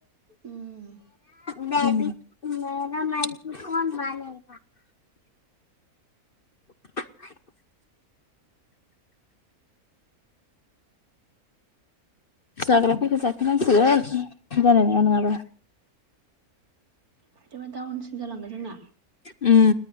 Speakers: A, on the right; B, on the left.
A: उम
B: <unintelligible> <unintelligible> जाग्राफोरखौ जाखानांइसिगोन जानाय नङा नङाबा
A: बिदिबा दाउनसिन जालांगोन जोंना
B: उम